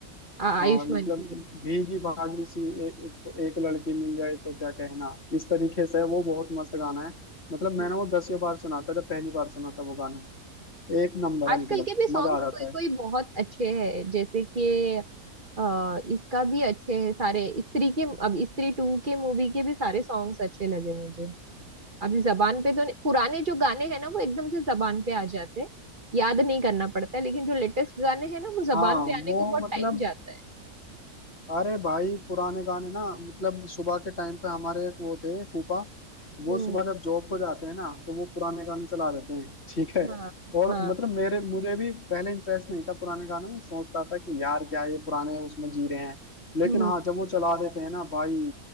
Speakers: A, on the right; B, on the left.
A: आ- आयुष्मान
B: हाँ मतलब
A: की है।
B: भीगी भागी सी ए, एक, एक लड़की मिल जाए तो क्या कहना इस तरीके से वो बहुत मस्त गाना है मतलब
A: हम्म,
B: मैंने वो दसियों बार सुना था जब पहली बार सुना था वो गाना एक नंबर
A: आजकल
B: है मतलब
A: के भी सॉन्ग्स
B: मजा आ जाता
A: कोई कोई
B: है
A: बहुत अच्छे हैं जैसे कि अ, इसका भी अच्छे है सारे स्त्री के अब स्त्री टू के मूवी के भी सारे सॉन्ग्स अच्छे लगे मुझे अब जबान पे तो नहीं- पुराने जो गाने हैं ना वो एकदम से जबान पे आ जाते हैं याद नहीं करना पड़ता है, लेकिन जो लेटेस्ट गाने हैं ना वो जबान
B: हाँ
A: पे आने
B: वो
A: को बहुत
B: मतलब
A: टाइम जाता है
B: अरे भाई पुराने गाने ना मतलब सुबह के टाइम पे हमारे एक वो थे फूफा वो
A: हम्म,
B: सुबह जब जॉब को जाते हैं ना तो वो पुराने गाने चला देते हैं ठीक है
A: हाँ
B: और
A: हाँ
B: मतलब मेरे मुझे भी पहले इंटरेस्ट नहीं था पुराने गानों में सोचता था कि यार क्या ये पुराने उसमें जी रहे हैं लेकिन
A: हम्म
B: हाँ जब वो चला देते हैं ना भाई